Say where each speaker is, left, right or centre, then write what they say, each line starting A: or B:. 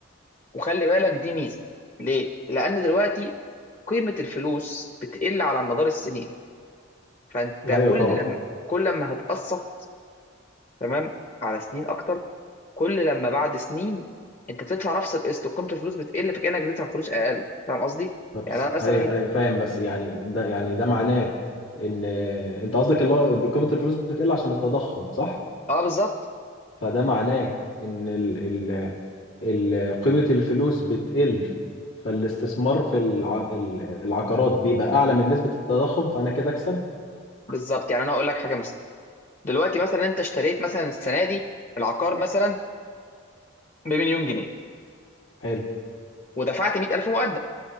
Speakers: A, on the left (about 35°); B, on the left (about 85°).
A: وخلي بالك دي ميزه ليه؟ لان دلوقتي قيمه الفلوس بتقل على مدار السنين فانت
B: ايوه
A: كل
B: طبعا
A: لما كل لما هتقسط تمام على سنين اكتر كل لما بعد سنين انت بتدفع نفس القسط وقيمه الفلوس بتقل فكانك بتدفع فلوس اقل فاهم قصدي
B: طب
A: يعني
B: س-
A: انا مثلا
B: ايوه ايوه فاهم بس يعني ده يعني ده معناه ان آه، انت قصدك اللي هو قيمه الفلوس بتقل عشان التضخم صح؟
A: اه بالظبط
B: فده معناه ان ال ال ال قيمه الفلوس بتقل فالاستثمار في الع ال- العقارات بيبقى اعلى من نسبه التضخم فانا كده اكسب
A: بالظبط يعني انا اقول لك حاجه مثلا دلوقتي مثلا انت اشتريت مثلا السنه دي العقار مثلا بمليون جنيه
B: حلو
A: ودفعت 100000 مقدم